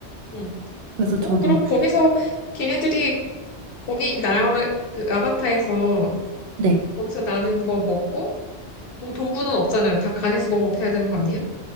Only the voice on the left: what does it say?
음.
어,
그럼 거기서 걔네들이 거기 나 그 아바타에서
거기서 나는 거 먹고 뭐 도구는 없잖아요. 다 간에서 공업해야 되는 거 아니에요?